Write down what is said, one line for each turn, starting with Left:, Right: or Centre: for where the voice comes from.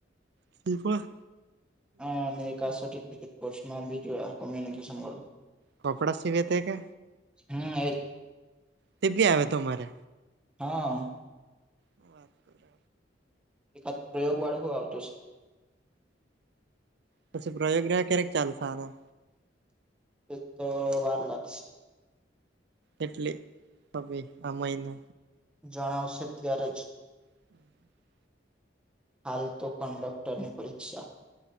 Right: શુ પણ.
Centre: અને એક આ સર્ટીફિકેટ કોર્સમા બીજું આ કોમ્યુનિકેશન વાળું
Right: કપડા સિવેતે કે.
Centre: હમ એજ.
Right: તે બી આવે તમારે.
Centre: હા.
Right: હ વાત કરે.
Centre: એકાદ પ્રયોગ વાળો હુ આવતુ હશે.
Right: પછી પ્રયોગ ના ક્યારેક ચાલશે સારા.
Centre: એતો વાર લાગશે.
Right: એટલે હવે આ મહિને.
Centre: જણા આવશે ત્યારે જ.
Right: <inaudible>
Centre: હાલ તો કંડક્ટર ની પરીક્ષા